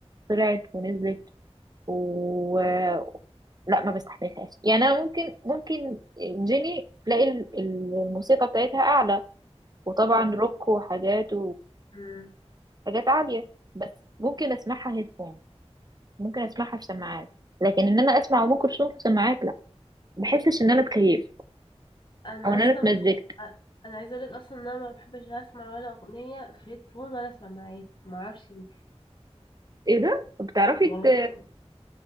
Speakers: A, on the right; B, on the left.
A: طلعت ونزلت و لا ما بستحملهاش يعني أنا ممكن ممكن جيني تلاقي ال- ال- الموسيقى بتاعتها أعلى وطبعا
B: مظبوط
A: روك وحاجات وحاجات
B: امم
A: عالية بس ممكن أسمعها هيدفون ممكن اسمعها في سماعات لكن ان انا اسمع ام كلثوم في سماعات لا ما بحسش ان انا اتكيفت
B: انا
A: او ان
B: اصلا
A: انا اتمزجت
B: بح... انا عايزه اقولك اصلا ان انا ما بحبش اسمع ولا اغنيه في هيدفون ولا سماعات ما اعرفش ليه
A: ايه ده طب بتعرفي
B: والله
A: ت-
B: العظيم